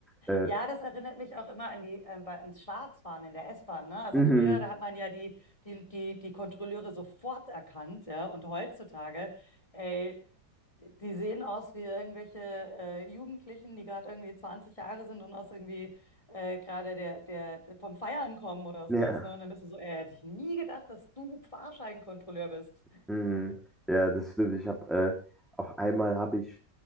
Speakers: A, in the centre; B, on the left.
A: äh,
B: Ja, das erinnert mich auch immer an die, ähm, bei, ans Schwarzfahren in der S-Bahn, ne? Also
A: Mhm.
B: früher, da hat man ja die, die, die, die Kontrolleure sofort erkannt, ja? Und heutzutage, ey, die sehen aus wie irgendwelche äh, Jugendlichen, die gerade irgendwie 20 Jahre sind und aus irgendwie äh, gerade der, der, der vom Feiern kommen oder sowas,
A: Ja.
B: ne? Und dann bist du so, ey, hätte ich nie gedacht, dass du Fahrscheinkontrolleur bist.
A: Mhm. Ja, das stimmt. Ich habe äh, auch einmal habe ich,